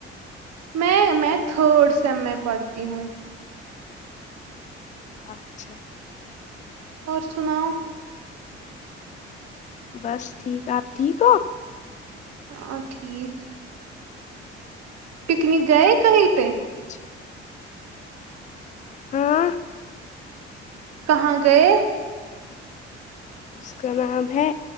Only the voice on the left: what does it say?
اچھا
بس ٹھیک آپ ٹھیک ہو
اچھا ہاں
اس کا نام ہے